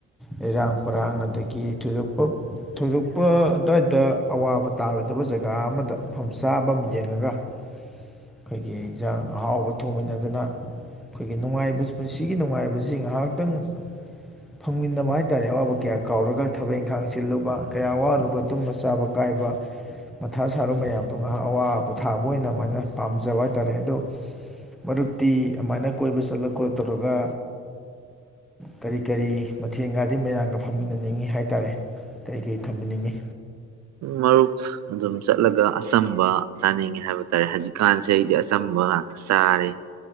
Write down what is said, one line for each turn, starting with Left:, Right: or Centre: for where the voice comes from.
Centre: ꯂꯩꯔꯥꯡ ꯄꯔꯥꯡ ꯑꯗꯒꯤ ꯊꯣꯏꯗꯣꯛꯄ ꯊꯣꯏꯗꯣꯛꯄ ꯑꯗꯨꯋꯥꯏꯗ ꯑꯋꯥꯕ ꯇꯥꯔꯣꯏꯗꯕ ꯖꯒꯥ ꯑꯃꯗ ꯃꯐꯝ ꯆꯥꯕ ꯑꯃ ꯌꯦꯡꯉꯒ ꯑꯩꯈꯣꯏꯒꯤ ꯏꯟꯁꯥꯡ ꯑꯍꯥꯎꯕ ꯊꯣꯡꯃꯤꯟꯅꯗꯅ ꯑꯩꯈꯣꯏꯒꯤ ꯅꯨꯡꯉꯥꯏ ꯄꯨꯟꯁꯤꯒꯤ ꯅꯨꯡꯉꯥꯏꯕꯁꯤ ꯉꯥꯏꯍꯥꯛꯇꯪ ꯐꯪꯃꯤꯟꯅꯕ ꯍꯥꯏ ꯍꯥꯏꯕ ꯇꯔꯦ ꯑꯋꯥꯕ ꯀꯌꯥ ꯀꯥꯎꯔꯒ ꯊꯕꯛ ꯏꯪꯈꯥꯡ ꯆꯤꯜꯂꯨꯕ ꯀꯌꯥ ꯋꯥꯔꯨꯕ ꯇꯨꯝꯕ ꯆꯥꯕ ꯀꯥꯏꯕ ꯃꯊꯥ ꯁꯥꯔꯨꯕ ꯃꯌꯥꯝꯗꯣ ꯉꯥꯏꯍꯥꯛ ꯑꯋꯥ ꯄꯣꯊꯥꯕ ꯑꯣꯏꯅ ꯑꯗꯨꯃꯥꯏꯅ ꯄꯥꯝꯖꯕ ꯍꯥꯏꯇꯥꯥꯔꯦ ꯑꯗꯣ ꯃꯔꯛꯇꯤ ꯑꯗꯨꯃꯥꯏꯅ ꯀꯣꯏꯕ ꯆꯠꯂ ꯈꯣꯠꯂ ꯇꯧꯔꯒ ꯀꯔꯤ ꯀꯔꯤ ꯃꯊꯦꯡꯒ ꯑꯗꯨ ꯃꯌꯥꯝꯒ ꯐꯝꯃꯤꯟꯅꯅꯤꯡꯏꯤ ꯍꯥꯏꯇꯥꯔꯦ ꯀꯔꯤ ꯀꯔꯤ ꯊꯝꯕꯤꯅꯤꯡꯉꯤ
Right: ꯃꯔꯨꯞ ꯑꯗꯨꯝ ꯆꯠꯂꯒ ꯑꯆꯝꯕ ꯆꯥꯅꯤꯡꯉꯦ ꯍꯥꯏꯕ ꯇꯥꯔꯦ ꯍꯧꯖꯤꯛꯀꯥꯟꯁꯦ ꯑꯩꯗꯤ ꯑꯆꯝꯕ ꯉꯥꯛꯇ ꯆꯥꯔꯦ